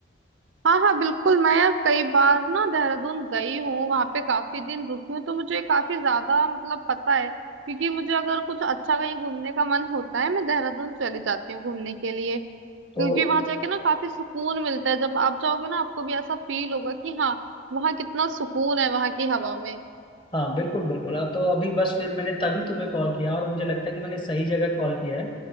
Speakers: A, on the right (about 75°); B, on the left (about 25°).
A: हाँ हाँ बिल्कुल मैं यार कई बार ना देहरादून गई हूँ वहां पे काफी दिन रुकी हूँ तो मुझे काफी ज्यादा मतलब पता है क्योंकि मुझे अगर कुछ अच्छा कहीं घूमने का मन होता है मैं देहरादून चली जाती हूँ घूमने के लिए क्योंकि
B: तो
A: वहां जाके ना काफी सुकून मिलता है जब आप जाओगे ना आपको भी ऐसा फील होगा कि हाँ वहाँ कितना सुकून है वहां की हवा में
B: हाँ बिल्कुल बिल्कुल अब तो अभी बस फिर मैंने तभी तुम्हें कॉल किया और मुझे लगता है कि मैंने सही जगह कॉल किया है